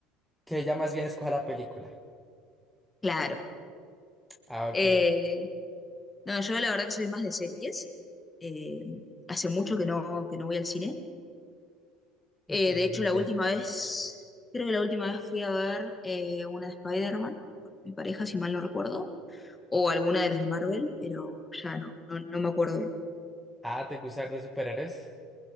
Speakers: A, in the centre; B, on the left.
A: Que ella más bien escoja la película.
B: Claro.
A: Ah, ok.
B: Eh, no, yo la verdad que soy más de series. Eh, hace mucho que no, que no voy al cine.
A: ¿Y
B: Eh,
A: qué
B: de hecho, la
A: ves?
B: última vez, creo que la última vez fui a ver eh, una de Spider-Man, con mi pareja, si mal no recuerdo, o alguna de las de Marvel, pero ya no, no, no me acuerdo bien.
A: Ah, ¿te gusta ver de superhéroes?